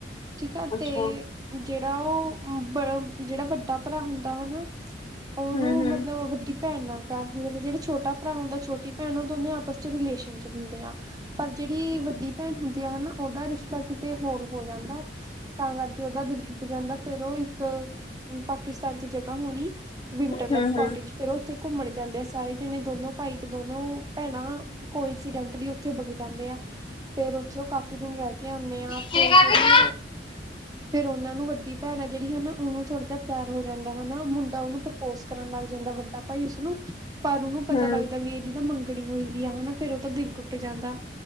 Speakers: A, on the right; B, on the left.
A: ਠੀਕ ਆ।
B: ਅੱਛਾ।
A: ਤੇ ਜਿਹੜਾ ਉਹ ਜਿਹੜਾ ਵੱਡਾ ਭਰਾ ਹੁੰਦਾ, ਹਨਾ। ਉਹਨੂੰ
B: ਹੂੰ-ਹੂੰ-ਹੂੰ-ਹੂੰ-ਹੂੰ।
A: ਮਤਲਬ ਵੱਡੀ ਭੈਣ ਨਾਲ ਪਿਆਰ ਹੋ ਜਾਂਦਾ। ਜਿਹੜਾ ਛੋਟਾ ਭਰਾ ਹੁੰਦਾ ਛੋਟੀ ਭੈਣ ਉਹ ਦੋਨੇ ਆਪਸ ਰਿਲੇਸ਼ਨ' ਚ ਹੁੰਦੇ ਆ। ਪਰ ਜਿਹੜੀ ਵੱਡੀ ਭੈਣ ਹੁੰਦੀ ਆ ਹਨਾ ਉਹਦਾ ਰਿਸ਼ਤਾ ਕਿਤੇ ਹੋਰ ਹੋ ਜਾਂਦਾ। ਤਾਂ ਕਰਕੇ ਉਹਦਾ ਦਿਲ ਟੁੱਟ ਜਾਂਦਾ ਫੇਰ ਉਹ ਇੱਕ ਪਾਕਿਸਤਾਨ ਚ ਜਗ੍ਹਾ ਹੋਣੀ ਵਿੰਟਰ ਲਵ
B: ਹੂੰ
A: ਕੋਟਜ
B: ਹੂੰ ਹੂੰ
A: ਫੇਰ ਉੱਥੇ ਘੁੰਮਣ ਜਾਂਦੇ ਆ ਸਾਰੇ ਜਾਣੇ, ਦੋਨੋ ਭਾਈ ਤੇ ਦੋਨੋ ਭੈਣਾਂ। ਕੋਈ ਇੰਸੀਡੈਂਟ ਨਹੀਂ ਉੱਥੇ ਬਗ ਜਾਂਦੇ ਆ। ਫੇਰ ਉੱਥੇ ਉਹ ਕਾਫੀ ਦਿਨ ਰਹਿ ਕੇ ਆਉਂਦੇ ਆ
B: ਹੂੰ
A: ਫੇਰ ਜਿਹੜੀ ਉਹ ਫੇਰ ਉਹਨਾਂ ਨੂੰ ਵੱਡੀ ਭੈਣ ਆ ਜਿਹੜੀ ਹਨਾ ਉਹਨੂੰ ਥੋੜਾ ਜਿਹਾ ਪਿਆਰ ਹੋ ਜਾਂਦਾ ਹਨਾ ਮੁੰਡਾ ਉਹਨੂੰ ਪ੍ਰਪੋਜ ਕਰਨ ਲੱਗ ਜਾਂਦਾ ਵ ਭਾਈ ਉਸਨੂੰ। ਪਰ ਉਹਨੂੰ ਪਤਾ
B: ਹੂੰ ਹੂੰ
A: ਲੱਗਦਾ ਵੀ ਇਹਦੀ ਤਾਂ ਮੰਗਣੀ ਹੋਈ ਵੀ ਆ ਹਨਾ ਫੇਰ ਉਹ ਤਾਂ ਦਿਲ ਟੁੱਟ ਟੁਟ ਜਾਂਦਾ